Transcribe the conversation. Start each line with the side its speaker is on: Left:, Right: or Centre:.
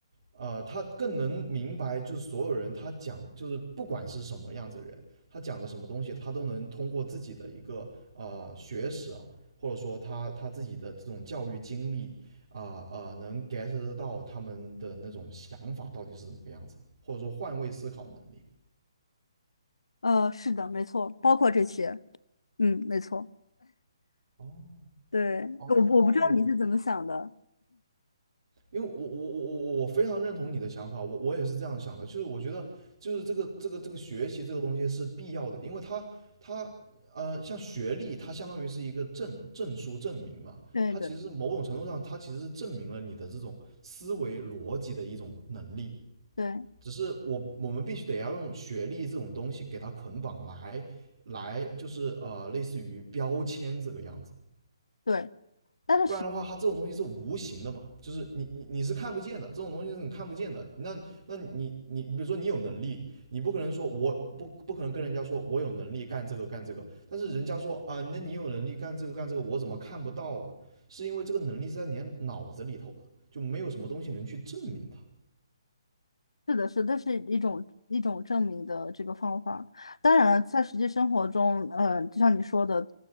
Right: 啊、他更能明白，就是所有人他讲，就是不管是什么样子的人，他讲的什么东西，他都能通过自己的一个啊学识啊，或者说他他自己的这种教育经历啊啊、呃呃能 get 得到他们的那种想法到底是怎么个样子，或者说换位思考能力。
Left: 呃，是的，没错，包括这些，嗯，没错，
Right: 哦，
Left: 对，
Right: 哦，
Left: 我我不知道你是怎么想的，
Right: 因为我我我我我非常认同你的想法，我我也是这样想的，就是我觉得就是这个这个这个学习这个东西是必要的，因为它它呃像学历，它相当于是一个证证书证明嘛，
Left: <clears throat> 对的，
Right: 它其实是某种程度上它其实是证明了你的这种思维逻辑的一种能力，
Left: 对
Right: 只是我我们必须得要用学历这种东西给它捆绑来来就是呃类似于标签这个样子。
Left: 对，但是
Right: 不然的话，它这种东西是无形的嘛，就是你你你是看不见的，这种东西是你看不见的。那那你你比如说你有能力，你不可能说我不不可能跟人家说我有能力干这个干这个，但是人家说啊，那你有能力干这个干这个，我怎么看不到啊？是因为这个能力是在你的脑子里头的，就没有什么东西能去证明它，
Left: 是的是，这是一种一种证明的这个方法。当然了，在实际生活中，呃，就像你说的，